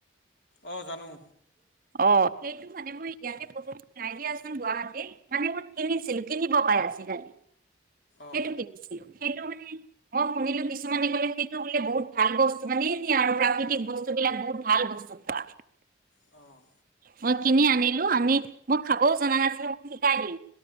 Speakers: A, on the left; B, on the right.
A: অ' জানোঁ।
B: অ' সেইটো মানে মই ইয়াকে পঢ়ো নাইকিয়াচোন গুৱাহাটী মানে মই কিনিছিলো কিনিব পাই আজিকালি।
A: অ
B: সেইটো কি দিছিলে, সেইটো মানে। অ' শুনিলো কিছুমানে ক'লে সেইটো বোলে বহুত ভাল বস্তু মানে এনে আৰু প্ৰাকৃতিক বস্তু বিলাক বহুত ভাল বস্তু। কোৱা
A: অ'
B: মই কিনি আনিলোঁ। আনি মই খাবও জনা নাছিলোঁ। মোক শিকাদিল।